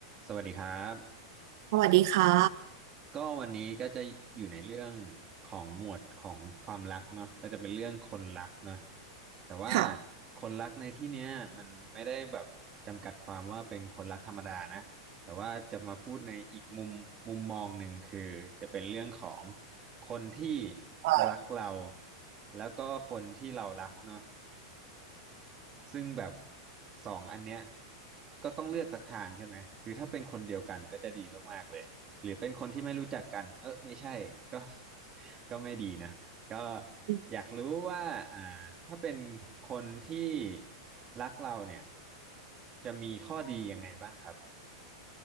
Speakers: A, on the right; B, on the right.
A: สวัสดีครับ
B: สวัสดีค่ะ
A: ก็วันนี้ก็จะอยู่ในเรื่องของหมวดของความรักเนาะก็จะเป็นเรื่องคนรักเนาะแต่ว่า
B: ค่ะ
A: คนรักในที่เนี้ยมันไม่ได้แบบจำกัดความว่าเป็นคนรักธรรมดานะแต่ว่าจะมาพูดในอีกมุมมุมมองหนึ่งคือจะเป็นเรื่องของคนที่
B: ค่ะ
A: รักเราแล้วก็คนที่เรารักเนาะ ซึ่งแบบสองอันเนี้ยก็ต้องเลือกสักทางใช่ไหมคือถ้าเป็นคนเดียวกันก็จะดีมากๆเลย หรือเป็นคนที่ไม่รู้จักกัน เออไม่ใช่ก็ <laughs> ก็ไม่ดีนะ ก็
B: อืม
A: อยากรู้ว่าอ่าถ้าเป็นคนที่รักเราเนี่ยจะมีข้อดียังไงบ้างครับ